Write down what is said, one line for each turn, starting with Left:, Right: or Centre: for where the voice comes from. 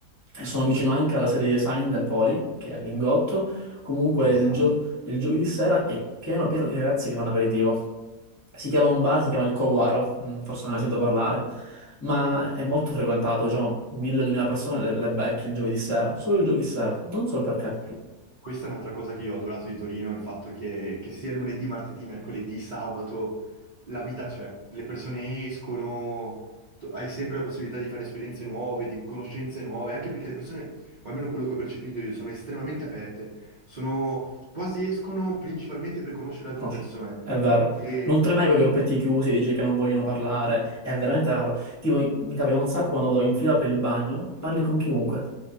Left: e sono vicino anche alla sede di design del Poli, che è a Lingotto. Comunque
Right: Interessante.
Left: il, gio- il giovedì sera è pieno pieno di ragazzi che fanno aperitivo. Si chiama un bar, si chiama il Coguaro, mm, forse non ne sento parlare, ma è molto frequentato, diciamo 1000-2000 persone le, le becchi il giovedì sera, solo il giovedì sera, non so il perché.
Right: Questa è un'altra cosa che io ho adorato di Torino, il fatto che, che sia lunedì, martedì, mercoledì, sabato, la vita c'è. Le persone escono, to- hai sempre la possibilità di fare esperienze nuove, di conoscenze nuove, anche perché le persone, o almeno quello che ho percepito io, sono estremamente aperte. Sono, quasi escono principalmente per conoscere altre
Left: Conosci-
Right: persone.
Left: È vero.
Right: E
Left: Non trovi mai quei gruppetti chiusi, dici che non vogliono parlare. È veramente raro. Tipo, mi, mi capita un sacco quando vado in fila per il bagno, parli con chiunque.